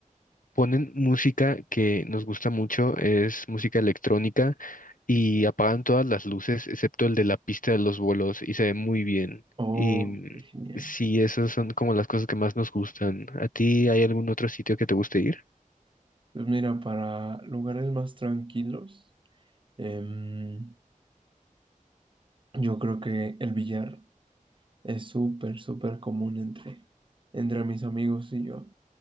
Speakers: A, on the left; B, on the right.
A: ponen música que nos gusta mucho, es música electrónica y apagan todas las luces excepto el de la pista de los vuelos y se ve muy bien.
B: Oh,
A: Y mm,
B: qué genial.
A: sí, esas son como las cosas que más nos gustan. ¿A ti hay algún otro sitio que te guste ir?
B: Pues mira, para lugares más tranquilos, em, yo creo que el billar es súper, súper común entre, entre mis amigos y yo.